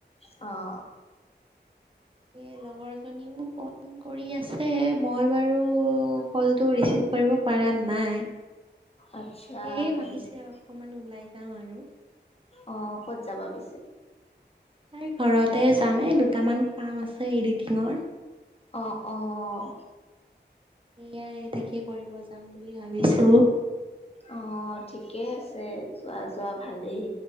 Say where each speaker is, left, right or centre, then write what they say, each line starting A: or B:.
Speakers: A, on the left (about 35°); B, on the right (about 30°).
A: অঁ।
B: এই লগৰজনীও গ'ল। কৰি আছে মই বাৰু কলটো ৰিচিভ কৰিব পাৰা নাই
A: আচ্ছা
B: সেয়ে
A: হয়
B: মাতিছে
A: নেকি।
B: অকমান ওলাই যাম আৰু
A: অ ক'ত যাবা পিছে।
B: তাইৰ ঘৰতে যাম এই দুটামান কাম আছে এডিটিঙৰ।
A: অঁ অঁ।
B: সেয়াই এ তাকে কৰিব যাম বুলি ভাবিছোঁ।
A: অঁ ঠিকে আছে যোৱা যোৱা ভালেই।